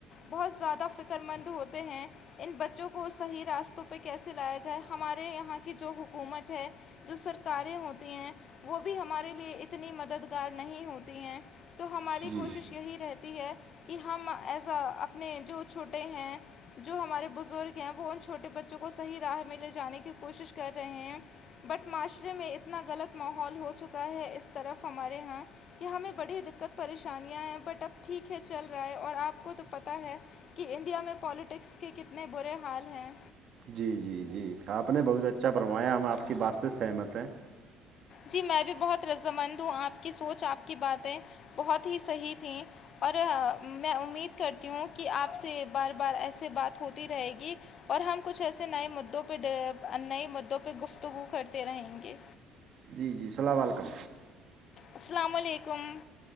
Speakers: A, on the left; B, on the right.
A: بہت زیادہ فکر مند ہوتے ہیں ان بچوں کو صحیح راستوں پہ کیسے لایا ہمارے یہاں کی جو حکومت ہے جو سرکاریں ہوتی ہیں وہ بھی ہمارے لیے اتنی مددگار نہیں ہوتی ہیں تو ہماری
B: جی
A: کوشش یہی رہتی ہے کہ ہم ایز ا اپنے جو چھوٹے ہیں جو ہمارے بزرگ ہیں وہ ان چھوٹے بچوں کو صحیح راہ میں لے جانے کی کوشش کر رہے ہیں بٹ معاشرے میں اتنا غلط ماحول ہو چکا ہے اس طرف ہمارے یہاں کہ ہمیں بڑی دقت پریشانیاں ہیں بٹ اب ٹھیک ہے چل رہا ہے اور آپ کو تو پتا ہے کہ انڈیا میں پولیٹکس کے کتنے برے حال ہیں
B: جی جی جی آپ نے بہت اچھا فرمایا ہم آپ کی بات سے سہمت ہیں
A: جی میں بھی بہت رضامند ہوں آپ کی سوچ آپ کی باتیں بہت ہی صحیح تھیں اور میں امید کرتی ہوں کہ آپ سے بار بار ایسے بات ہوتی رہے گی اور ہم کچھ ایسے نئے مدعوں پہ ڈ نئے مدعوں پہ گفتگو کرتے رہیں گے
B: جی جی السلام وعلیکم
A: السلام علیکم